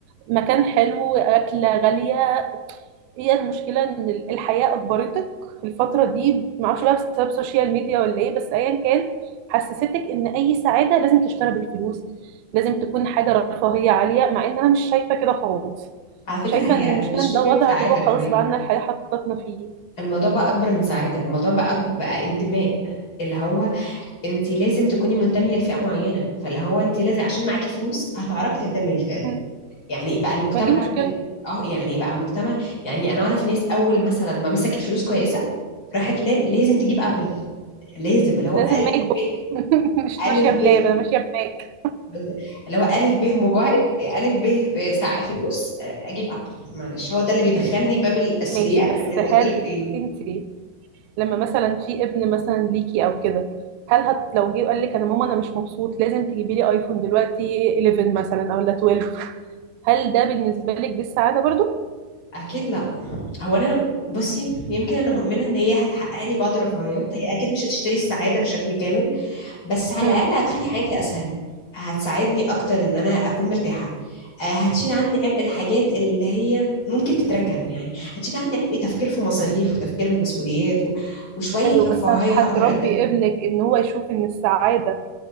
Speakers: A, on the right; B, on the left.
A: مكان حلو أكلة غالية هي المشكلة ان ال- الحياة أجبرتك في الفترة دي معرفش بقى بسبب السوشيال ميديا ولا ايه بس ايا كان حسستك ان اي سعادة لازم تشترى بالفلوس لازم تكون حاجة رفاهية عالية مع ان انا مش شايفة كده خالص
B: على فكره
A: شايفة
B: هي
A: ان المشكلة
B: مش
A: ان
B: فكره
A: ده وضع
B: سعاده
A: هو خلاص
B: كمان
A: بقى عنا الحياة حطتنا فيه
B: الموضوع بقى اكبر من سعاده الموضوع بقى أك- بقى انتماء اللي هو انت لازم تكوني منتميه لفئه معينه فاللي هو انت لازم عشان معاكي فلوس فهتعرفي تنتمي للفئه دي
A: م.
B: يعني بقى المجتمع
A: ما دي مشكلة
B: بن... اه يعني بقى المجتمع يعني انا اعرف ناس اول مثلا ما مسكت فلوس كويسه راحت لاب... لازم تجيب ابل لازم اللي
A: مش
B: هو
A: لازم
B: الف
A: ماك بوك
B: ب
A: <laughs> مش
B: الف
A: ماشية
B: ب
A: بلاب أنا ماشية بماك
B: بز- اللي هو الف ب موبايل الف ب ساعه فلوس اجيب ابل معلش هو ده اللي بيدخلني باب الاثرياء
A: ماشي بس
B: من
A: هل
B: الدور التاني
A: أنت لما مثلا في ابن مثلا ليكي أو كده هل هت لو جه وقال لك أنا ماما أنا مش مبسوط لازم تجيبي لي أيفون دلوقتي 11 مثلا أو لا 12 هل ده بالنسبة لك دي السعادة برضو؟
B: اكيد لا هو انا بصي يمكن انا مؤمنه ان هي هتحقق لي بعض الرفاهيات هي اكيد مش هتشتري السعاده بشكل كامل بس على
A: امم
B: الاقل هتخلي حياتي اسهل هتساعدني اكتر ان انا اكون مرتاحه آه، هتشيل عني عبء الحاجات اللي هي ممكن تتركن يعني هتشيل عني عبء تفكير في مصاريف وتفكير في مسؤوليات و- وشويه
A: حلو
B: رفاهيه
A: بس هت- هتربي
B: هقدر اقدمها
A: ابنك ان هو يشوف ان السعاده